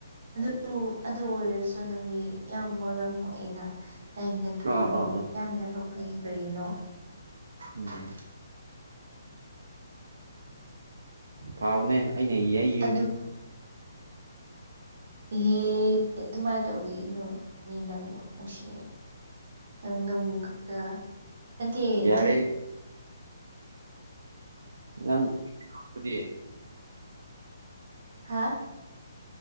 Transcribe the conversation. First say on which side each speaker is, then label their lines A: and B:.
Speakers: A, on the right (about 45°); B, on the right (about 80°).
A: ꯑꯗꯨ ꯑꯗꯨ ꯑꯣꯏꯔꯁꯨ ꯅꯪꯗꯤ ꯌꯥꯝ ꯃꯔꯝ ꯃꯣꯛꯑꯦꯅ ꯅꯪ ꯅꯇꯨꯗꯨ
B: ꯑꯥ ꯑꯥ ꯑꯥ
A: ꯌꯥꯝ ꯂꯥꯏꯕꯛ ꯐꯩ ꯀꯔꯤꯅꯣ
B: ꯎꯝ ꯐꯥꯕꯅꯦ ꯑꯩꯅ ꯌꯩꯕꯅꯦ
A: ꯑꯗꯨ ꯏꯍꯦ ꯑꯗꯨꯃꯥꯏꯅ ꯇꯧꯕꯤꯒꯅꯣꯃꯤ ꯅꯪꯕꯨ ꯅꯨꯡꯁꯤ ꯅꯪ ꯅꯣꯡꯃ ꯈꯛꯇ ꯅꯠꯇꯦ
B: ꯌꯥꯔꯦ
A: ꯅꯣꯏ
B: ꯅꯪ ꯑꯣꯏꯊꯣꯛꯄꯗꯤ
A: ꯍꯥ